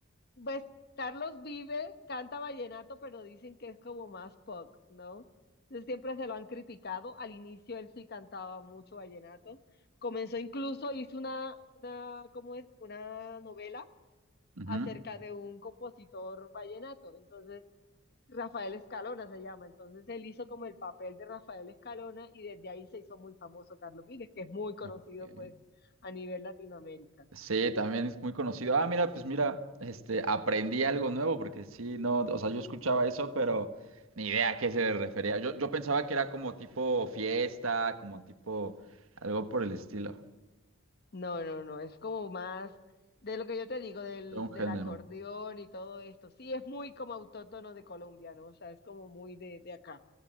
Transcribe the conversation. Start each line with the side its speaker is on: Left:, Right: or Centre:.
Left: Pues Carlos Vive canta vallenato, pero dicen que es como más pop, ¿no? Entonces siempre se lo han criticado. Al inicio él sí cantaba mucho vallenato. Comenzó incluso, hizo una, una, ¿cómo es? Una novela
Right: Ujú.
Left: acerca de un compositor vallenato. Entonces, Rafael Escalona se llama. Entonces él hizo como el papel de Rafael Escalona y desde ahí se hizo muy famoso Carlos Vives, que es muy conocido
Right: Ok.
Left: pues a nivel Latinoamérica.
Right: Sí, también es muy conocido. Ah, mira, pues mira, este, aprendí algo nuevo porque sí, no, o sea, yo escuchaba eso, pero ni idea a qué se refería. Yo, yo pensaba que era como tipo fiesta, como tipo algo por el estilo,
Left: No, no, no, es como más de lo que yo te digo, del,
Right: de un género,
Left: del acordeón y todo esto. Sí, es muy como autóctono de Colombia, ¿no? O sea, es como muy de, de acá.